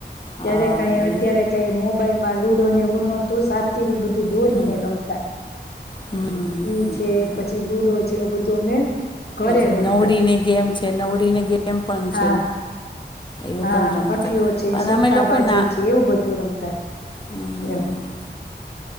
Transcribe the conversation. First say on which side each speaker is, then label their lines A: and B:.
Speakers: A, on the left; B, on the left.
A: હા
B: ત્યારે કાઈ અત્યારે
A: એ
B: કાઈ મોબાઈલ માં લુડો ને એવું નોતું સાપ સીડી બધ ધું દોરીને
A: હમ
B: રમતા,
A: હમ હમ
B: એ
A: હમ
B: છે,
A: હમ
B: પછી લુડો જેવું બધું અમે ઘરે
A: પછી
B: રમતા
A: નવડીની ગેમ છે. નવડીની ગેમ પણ
B: હા,
A: છે એવું
B: હા
A: પણ રમતા
B: અઠયો છે,
A: અને
B: સોકટા
A: અમે લોકો
B: બાજી
A: ના
B: છે, એવું બધું રમતા.
A: હમ
B: એમ.
A: હમ